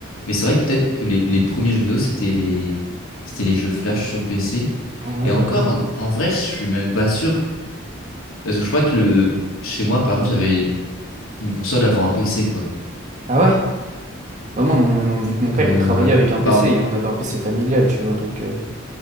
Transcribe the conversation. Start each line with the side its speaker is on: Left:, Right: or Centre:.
Left: Mais c'est vrai que peut-être que les, les premiers jeux vidéo, c'était les, c'était les jeux Flash sur PC.
Right: Ah Ouais,
Left: Et encore,
Right: bah ouais.
Left: en vrai, je suis même pas sûr. Parce que je crois que le, chez moi, par exemple, j'avais une console avant un PC, quoi.
Right: Ah ouais? Bah moi, mon- vu que mon père,
Left: Euh,
Right: il travaillait avec
Left: bah,
Right: un PC, et on avait un PC familial, tu vois, donc... euh,